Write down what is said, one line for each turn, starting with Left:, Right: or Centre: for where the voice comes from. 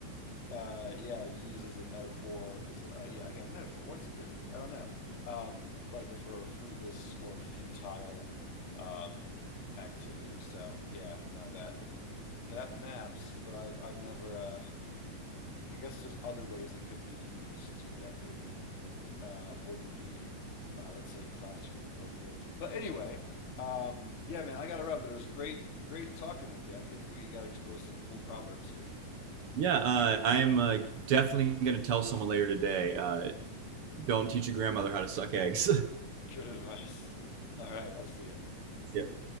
Left: uh, yeah, uses a metaphor. It's, uh, yeah, again, a metaphor. What's the difference? I don't know. Um, like for fruitless or futile um, activity. So yeah, no, that that maps. But I've I've never. Uh, I guess there's other ways it could be used that maybe uh, wouldn't be, uh, let's say, classroom appropriate. But anyway, um, yeah, man, I got to run. But it was great, great talking with you. I think we got exposed to some cool proverbs here.
Right: yeah, uh, I am uh, definitely going to tell someone later today. Uh, don't teach your grandmother how to suck eggs. <laughs> See
Left: Good advice. All right, I'll see you.
Right: ya.